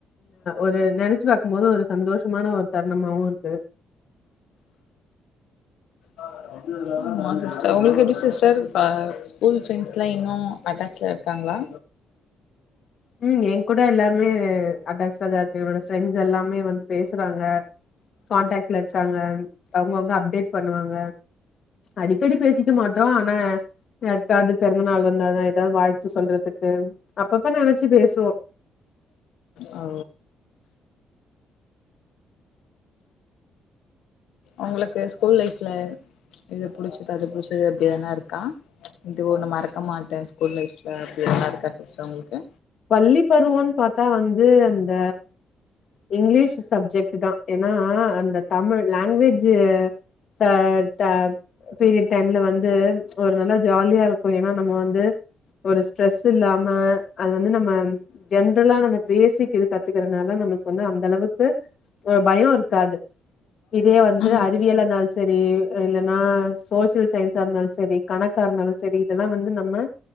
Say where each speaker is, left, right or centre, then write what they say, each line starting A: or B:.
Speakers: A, on the left (about 55°); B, on the left (about 85°).
A: ஒரு நெனச்சு பாக்கு போது ஒரு சந்தோஷமான ஒரு தருணமாவு இருக்கு
B: ஆ ஆ சிஸர் ஒங்கல்க்கு எப்டி சிஸ்டர் ஸ்கூல் பிரன்ஸ் இன்னு அட்டாச்ல இருக்காங்களா
A: ம் எ கூட லாருமே அட்டாச்லதான் இருகாங்க என்னோட ப்ரெண்ட்ஸ் எல்லாமே வந்து பேசுறாங்க கான்டாக்ட்ல இர்க்காங்க அவங்கவுங்க அப்டேட் பண்ணுவாங்க அடிக்கடி பேசிக்க மாட்டோ ஆனா யாருக்காது பெறந்தநாள் வந்தாதா ஏதாது வாழ்த்து சொல்றதுக்கு அப்பப்ப நெனச்சு பேசுவோ
B: ஓ ஒங்களுக்கு ஸ்கூல் லைஃப்ல இது புடிச்சது அது புடிச்சது அப்டி எது இருக்கா இது ஒண்ணு மறக்க மாட்டே ஸ்கூல் லைப்ல அப்படி யானா இருக்கா சிஸ்டர் உங்கல்க்கு
A: பள்ளி பருவம் பாத்தா வந்து அந்த இங்லீஷ் சப்ஜெக்ட் தா ஏனா அந்த தமிழ் லாங்குவேஜ் த ட பீரியட் டைம்ல வந்து ஒரு லா ஜாலியா இருக்கு ஏனா நம்ம வந்து ஒரு ஸ்ட்ரெஸ் இல்லாம அது வந்து நம்ம ஜென்ரலா நம்ம பேசி கத்துக்கறனால நம்மளு வந்து அந்த அளவுக்கு ஒரு பயோ இருக்காது இதே வந்து
B: ம்
A: அறிவியலா இருந்தாலு சரி இல்லன்னா சோசியல் சயின்ஸா இருந்தாலு சரி கணக்காக இருந்தாலு சரி இதெலா வந்து நம்ம